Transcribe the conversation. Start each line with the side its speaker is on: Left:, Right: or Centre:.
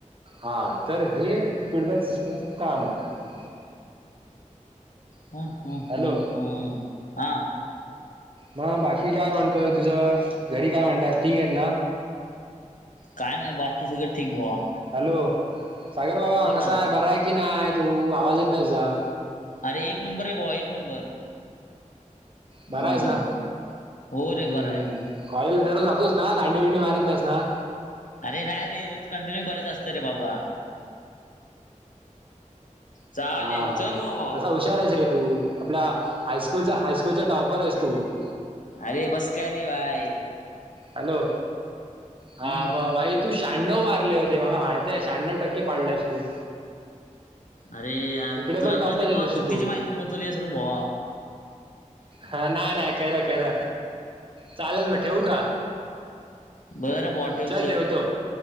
Right: हा तर हे फीडबॅक सिस्टमच काम आहे.
Left: हा हा
Right: हॅलो.
Left: हा हा हा
Right: मग बाकी काय म्हणतोय तुझ घरी काय म्हणतात. ठीक आहेत ना,
Left: काय नाही बाकी सगळं ठीक बॉ
Right: हॅलो सागर बाबा कसा
Left: ना
Right: आहे बरा आहे की नाही तू आवाज येत नाही तुझा.
Left: अरे एक नंबर आहे बोवा एक नंबर हम्म
Right: बरं आहेच ना
Left: हो रे
Right: हम्म
Left: बरं आहे
Right: कॉलेजल दररोज जातोच ना दांडी विंडी मारत नाहीस ना,
Left: अरे नाही रे रोज कंटिन्यू कॉलेज असत रे बाबा चालेल
Right: हा हा
Left: चल मग भावा
Right: तसा हुशार आहेस रे तू आपल्या हायस्कूलचा, हायस्कूलचा टॉपर आहेस तू ह <inaudible>
Left: अरे बस्कार रे भाय
Right: हॅलो
Left: हम्म
Right: हा मग आई तू श शहाण्णव मारले होते मला माहितय शहाण्णव टक्के पाडलायस तू
Left: अरे यार
Right: इकडे
Left: तुला
Right: पण टॉपच
Left: कोणीती
Right: येत
Left: बॉ
Right: असशील
Left: चुकीची
Right: तू
Left: माहिती पोहोचवली असेल बॉ
Right: हा नाही नाही कर कर चालेल म ठेवू का
Left: बरं बॉ ठेव
Right: चल ठेवतो